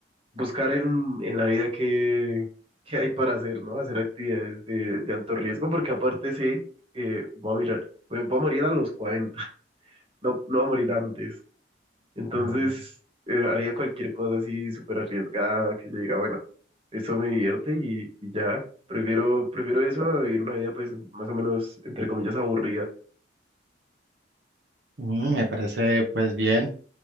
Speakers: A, on the right; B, on the right.
A: buscar en, en la vida qué, qué hay para hacer, ¿no? Hacer actividades de, de alto riesgo, porque aparte sé que voy a mirar, voy, voy a morir a los 40 <laughs> no, no voy a morir antes. Entonces,
B: Ah,
A: eh, haría cualquier cosa así súper arriesgada que yo diga, bueno, eso me divierte y, y ya. Prefiero, prefiero eso a vivir una vida, pues, más o menos, entre comillas, aburrida.
B: mm, Me parece pues bien.